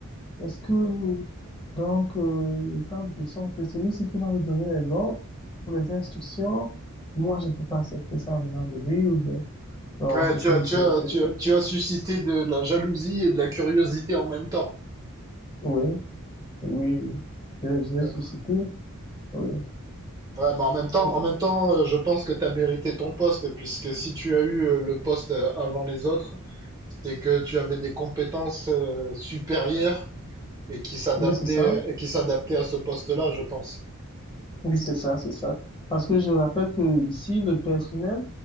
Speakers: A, on the left (about 25°); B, on the right (about 15°).
A: Est-ce que, donc, euh, tant de questions, c'est celui-ci qui va nous donner les ordres ou les instructions. Moi, je peux pas accepter ça venant de lui ou bien. Non,
B: Ouais,
A: c'était
B: tu as,
A: une
B: tu
A: ZZZ.
B: as, tu as, tu as suscité de la jalousie et de la curiosité en même temps.
A: Oui, oui, oui. Je, je l'ai
B: Bah,
A: suscité. Oui,
B: Ouais, mais en même temps,
A: Euh,
B: en même temps, euh, je pense que tu as mérité ton poste puisque si tu as eu euh, le poste euh, avant les autres, c'est que tu avais des compétences euh, supérieures et qui s'adaptait
A: oui, c'est ça.
B: et qui s'adaptait à ce poste-là, je pense.
A: Oui, c'est ça, c'est ça. Parce que je rappelle que ici, le personnel,